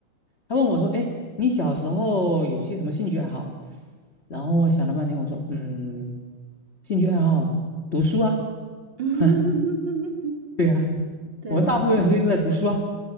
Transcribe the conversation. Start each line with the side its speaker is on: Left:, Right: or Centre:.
Left: 他问我说：“哎，你小时候有些什么兴趣爱好？”然后我想了半天，我说：“嗯，兴趣爱好，读书啊，
Right: <laughs> 嗯
Left: <laughs> 对啊，
Right: 对，
Left: 我们大部分时间都在读书啊。”
Right: <laughs>